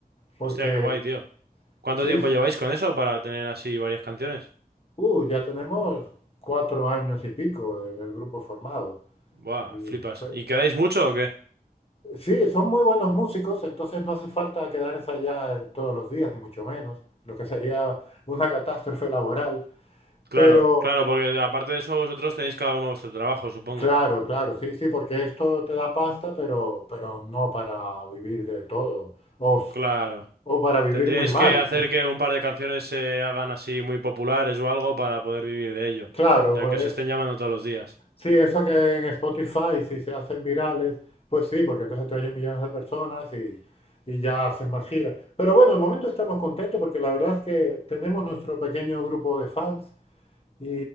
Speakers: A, on the left (about 35°); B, on the right (about 85°).
A: porque,
B: Hostia, qué guay, tío. ¿Cuánto
A: sí,
B: tiempo
A: sí.
B: lleváis con eso para tener así varias canciones?
A: uh, ya tenemos cuatro años y pico el, el grupo formado.
B: Buah,
A: Y,
B: flipas.
A: pe-
B: ¿Y quedáis mucho o qué?
A: Sí, son muy buenos músicos, entonces no hace falta quedar ensayar todos los días, ni mucho menos, lo que sería una catástrofe laboral. Pero
B: Claro, claro, porque aparte de eso vosotros tenéis cada uno vuestro trabajo, supongo.
A: claro, claro, sí, sí, porque esto te da pasta, pero, pero no para vivir de todo, o, s-
B: Claro.
A: o para vivir
B: Tendríais
A: muy mal.
B: que hacer
A: <laughs>
B: que un par de canciones se hagan así muy populares o algo para poder vivir de ello,
A: Claro,
B: ya
A: pues
B: que os estén llamando todos los días.
A: sí, eso que en Spotify, si se hacen virales, pues sí, porque entonces te oyen millones de personas y, y ya haces más giras. Pero bueno, de momento estamos contentos porque la verdad es que tenemos nuestro pequeño grupo de fans Y,